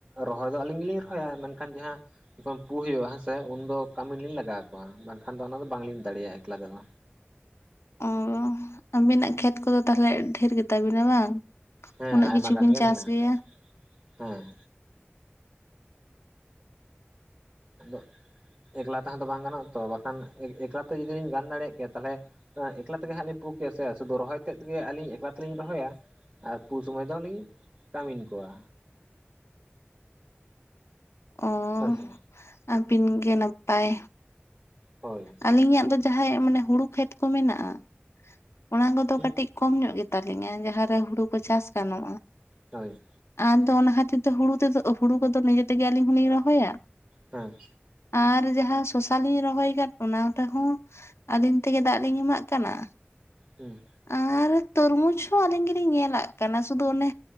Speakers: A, on the right; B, on the left.
A: ᱨᱚᱦᱚᱭ ᱫᱚ ᱟᱹᱞᱤᱧ ᱜᱮᱞᱤᱧ ᱨᱚᱦᱚᱭᱟ ᱢᱮᱱᱠᱷᱟᱱ ᱡᱟᱦᱟᱸ ᱡᱚᱠᱷᱚᱱ ᱯᱩ ᱦᱩᱭᱩᱜᱼᱟ ᱦᱮᱸᱥᱮ ᱩᱱᱫᱚ ᱠᱟᱹᱢᱤ ᱞᱤᱧ ᱞᱟᱜᱟᱣ ᱠᱚᱣᱟ ᱵᱟᱝᱠᱷᱟᱱ ᱫᱚ ᱚᱱᱟ ᱫᱚ ᱵᱟᱝᱞᱤᱧ ᱫᱟᱲᱮᱭᱟᱜᱼᱟ ᱮᱠᱞᱟ ᱛᱮᱫᱚ
B: ᱚᱸ ᱟᱹᱵᱤᱱᱟᱜ ᱠᱷᱮᱛ ᱠᱚᱫᱚ ᱛᱟᱦᱚᱞᱮ ᱰᱷᱮᱨ ᱜᱮ ᱛᱟᱵᱤᱱᱟ ᱵᱟᱝ
A: ᱦᱮᱸ
B: ᱩᱱᱟᱹᱜ
A: ᱟᱭᱢᱟ
B: ᱠᱤᱪᱷᱩ
A: ᱜᱟᱱ
B: ᱵᱤᱱ
A: ᱜᱮ
B: ᱪᱟᱥ
A: ᱢᱮᱱᱟᱜᱼᱟ
B: ᱜᱮᱭᱟ
A: ᱦᱮᱸ ᱟᱫᱚ ᱮᱠᱞᱟ ᱛᱮᱦᱚᱸ ᱛᱚ ᱵᱟᱝ ᱜᱟᱱᱚᱜᱼᱟ ᱛᱚ ᱵᱟᱠᱷᱟᱱ ᱮᱠᱞᱟᱛᱮ ᱡᱩᱫᱤ ᱞᱤᱧ ᱜᱟᱱ ᱫᱟᱲᱮᱭᱟᱜ ᱠᱮᱭᱟ ᱛᱟᱦᱚᱞᱮ ᱮᱠᱞᱟ ᱛᱮᱜᱮ ᱦᱟᱸ ᱞᱤᱧ ᱯᱩ ᱠᱮᱭᱟ ᱥᱮ ᱥᱩᱫᱩ ᱨᱚᱦᱚᱭ ᱛᱮᱫ ᱜᱮ ᱟᱹᱞᱤᱧ ᱮᱠᱞᱟ ᱛᱮᱞᱤᱧ ᱨᱚᱦᱚᱭᱟ ᱟᱨ ᱯᱩ ᱥᱳᱢᱚᱹᱭ ᱫᱚᱞᱤᱧ ᱠᱟᱹᱢᱤᱱ ᱠᱚᱣᱟ
B: ᱚᱸ
A: ᱦᱳᱭ ᱥᱮ
B: ᱟᱵᱤᱱ ᱜᱮ ᱱᱟᱯᱟᱭ
A: ᱦᱳᱭ
B: ᱟᱹᱞᱤᱧᱟᱜ ᱫᱚ ᱡᱟᱦᱟᱸ ᱢᱟᱱᱮ ᱦᱩᱲᱩ ᱠᱷᱮᱛ ᱠᱚ ᱢᱮᱱᱟᱜᱼᱟ ᱚᱱᱟ ᱠᱚᱫᱚ
A: ᱦᱩᱸ
B: ᱠᱟᱹᱴᱤᱡ ᱠᱚᱢ ᱧᱚᱜ ᱜᱮᱛᱟᱟᱞᱤᱧᱟ ᱡᱟᱦᱟᱸᱨᱮ ᱦᱩᱲᱩ ᱠᱚ ᱪᱟᱥ ᱜᱟᱱᱚᱜᱼᱟ
A: ᱦᱳᱭ
B: ᱟᱫᱚ ᱚᱱᱟ ᱠᱷᱟᱹᱛᱤᱨ ᱛᱮ ᱦᱩᱲᱩ ᱛᱮᱫᱚ ᱦᱩᱲᱩ ᱠᱚᱫᱚ ᱱᱤᱡᱮ ᱛᱮᱜᱮ ᱟᱹᱞᱤᱧ ᱦᱚᱞᱤᱧ ᱨᱚᱦᱚᱭᱟ
A: ᱦᱮᱸ
B: ᱟᱨ ᱡᱟᱦᱟᱸ ᱥᱟᱥᱟ ᱞᱤᱧ ᱨᱚᱦᱚᱭ ᱚᱱᱟ ᱨᱮᱦᱚᱸ ᱟᱹᱞᱤᱧ ᱛᱮᱜᱮ ᱫᱟᱜ ᱞᱤᱧ ᱮᱢᱟᱜ ᱠᱟᱱᱟ
A: ᱦᱩᱸ
B: ᱟᱨ ᱛᱚᱨᱢᱩᱡᱽ ᱦᱚᱸ ᱟᱹᱞᱤᱧ ᱜᱮᱞᱤᱧ ᱧᱮᱞᱟᱜ ᱠᱟᱱᱟ ᱥᱩᱫᱩ ᱚᱱᱮ